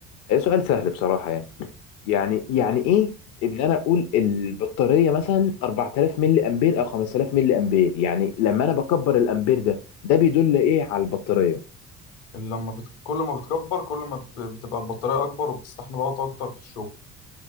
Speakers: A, on the left; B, on the left.
A: إيه سؤال سهل بصراحه يعني يعني يعني ايه ان انا اقول البطاريه مثلا 4000 ملي امبير او 5000 ملي امبير يعني لما انا بكبر الامبير ده ده بيدل ايه على البطاريه
B: لما بت... كل ما بتكبر كل ما بت... بتبقى البطاريه اكبر وبتستحمل وقت اكتر في الشغل